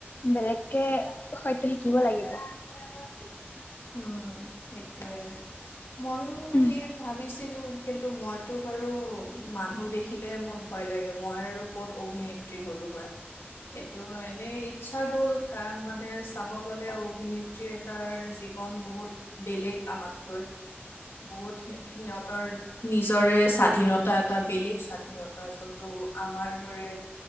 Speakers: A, on the left; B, on the left.
A: বেলেগকে হয়তো শিকিব লাগিব
B: উম সেইটোৱে। ময়ো
A: উম,
B: সেয়ে ভাবিছিলো কিন্তু মইতো বাৰু মানুহ দেখিলে মোৰ ভয় লাগে মই আৰু ক'ত অভিনেত্ৰী হলো হয়। এইটো এনে ইচ্ছা গ'ল কাৰণ মানে চাব গলে অভিনেত্ৰী এটাৰ যি জীৱন বহুত বেলেগ আমাতকৈ। বহুত সিহঁতৰ নিজৰে স্বাধীনতা এটা বেলেগ স্বাধীনতা যোনটো আমাৰ দৰে